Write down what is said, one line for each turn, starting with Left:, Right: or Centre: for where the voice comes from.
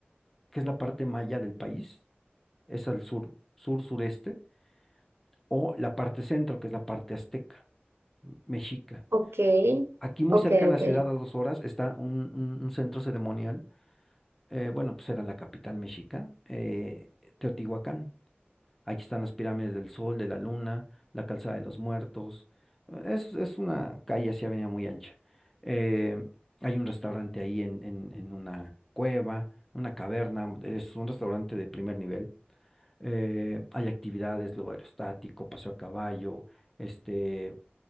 Centre: que es la parte maya del país, es al sur, sur, sureste, o la parte centro, que es la parte azteca, mexica.
Right: Ok,
Centre: Aquí muy
Right: ok,
Centre: cerca de la
Right: ok,
Centre: ciudad, a dos horas, está un, un- un centro ceremonial. eh, bueno, pues era la capital mexica, eh, Teotihuacán. Aquí están las pirámides del Sol, de la Luna, la Calzada de los Muertos. eh, Es, es una calle así, avenida muy ancha. Eh, hay un restaurante ahí en, en- en una cueva, una caverna. Es un restaurante de primer nivel. eh, hay actividades, globo aerostático, paseo a caballo, este.